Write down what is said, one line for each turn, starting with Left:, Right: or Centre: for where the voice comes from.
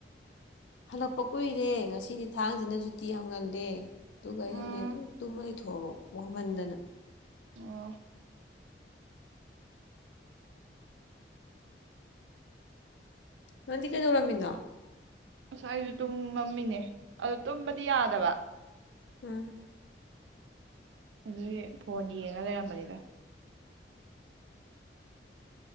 Left: ꯍꯜꯂꯛꯄ ꯀꯨꯏꯔꯦ ꯉꯁꯤꯗꯤ ꯊꯥꯡꯁꯤꯅ ꯁꯨꯇꯤ ꯌꯥꯝ ꯉꯜꯂꯦ ꯇꯨ ꯀꯥꯏꯅꯤ
Right: ꯎꯝ
Left: ꯇ ꯄꯨꯊꯕ ꯋꯥꯃꯟꯗꯅ
Right: ꯑꯣ
Left: ꯅꯪꯗꯤ ꯀꯩꯗꯧ ꯔꯝꯃꯤꯅꯣ
Right: ꯑꯁ ꯑꯩꯁꯨ ꯇꯨꯝꯃꯝꯃꯤꯅꯦ ꯑꯗꯨ ꯇꯨꯝꯕꯗꯤ ꯌꯥꯗꯕ
Left: ꯎꯝ
Right: ꯑꯗꯨꯗꯤ ꯐꯣꯟ ꯌꯦꯡꯉ ꯂꯩꯔꯝꯕꯅꯤꯗ